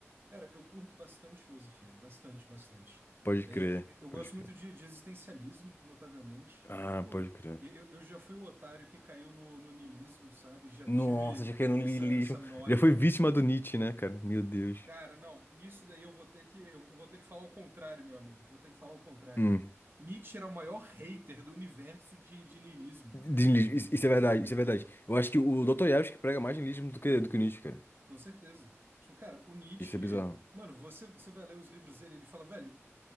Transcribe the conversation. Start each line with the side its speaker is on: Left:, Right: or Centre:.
Right: Cara, eu curto bastante filosofia, bastante, bastante.
Left: Pode
Right: É,
Left: crer,
Right: eu gosto
Left: pode crer.
Right: muito de, de existencialismo, notavelmente.
Left: Ah,
Right: Tipo,
Left: pode crer.
Right: eu, eu já fui o otário que caiu no, no niilismo, sabe? Já
Left: Nossa,
Right: tive
Left: já caiu no
Right: essa,
Left: niilismo.
Right: essa noia.
Left: Já foi vítima do Nietzsche, né, cara? Meu Deus.
Right: Cara, não, nisso daí eu vou ter que, eu vou ter que falar o contrário, meu amigo. Vou ter que falar o contrário.
Left: Hum.
Right: Nietzsche era o maior hater do universo de, de niilismo, mano.
Left: de niilismo. Isso isso é verdade, isso é verdade. Eu acho que o doutor Yavis que prega mais niilismo do que, do que Nietzsche, cara.
Right: Com certeza. Tipo, cara, o Nietzsche.
Left: Isso é bizarro.
Right: Mano, você, você vai ler os livros dele, ele fala, velho,